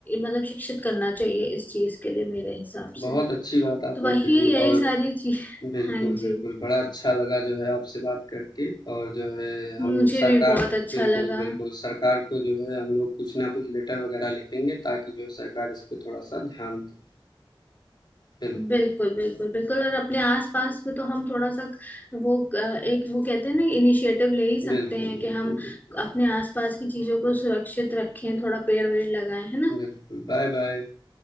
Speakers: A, on the left; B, on the left.
A: मतलब शिक्षित करना चाहिए इस चीज के लिए मेरे हिसाब
B: बहुत
A: से
B: अच्छी बात आपने
A: तो वही
B: कही
A: है यही
B: और
A: सारी चीज
B: बिल्कुल
A: हाँ
B: बिल्कुल
A: जी
B: बड़ा अच्छा लगा जो है आपसे बात करके और जो है
A: मुझे
B: हम सरकार
A: भी बहुत अच्छा
B: बिल्कुल
A: लगा
B: बिल्कुल सरकार को जो है हम लोग कुछ ना कुछ लेटर वगैरह लिखेंगे ताकि जो है सरकार इस पे थोड़ा सा ध्यान दे बिल्कुल
A: बिल्कुल बिल्कुल बिल्कुल और अपने आसपास में तो हम थोड़ा सा वो अ, एक वो कहते हैं ना इनिशिएटिव ले ही सकते
B: बिल्कुल
A: हैं कि
B: बिल्कुल
A: हम
B: बिल्कुल
A: अपने आसपास की चीजों को सुरक्षित रखें थोड़ा पेड़ वेड़ लगाएं है ना
B: बिल्कुल, बाय बाय।